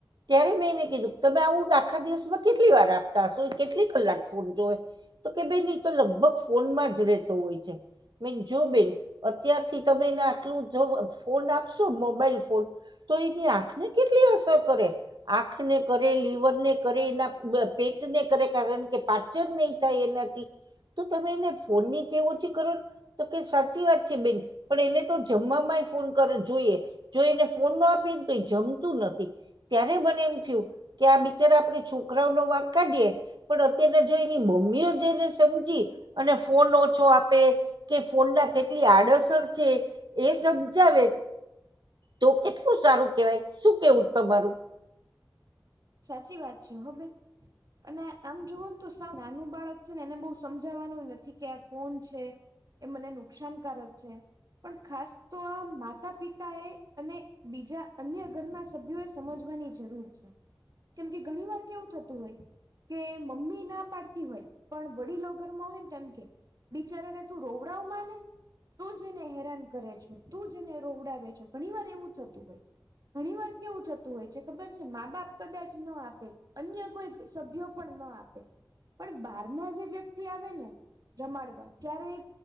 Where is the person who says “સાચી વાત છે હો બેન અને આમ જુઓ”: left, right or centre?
Right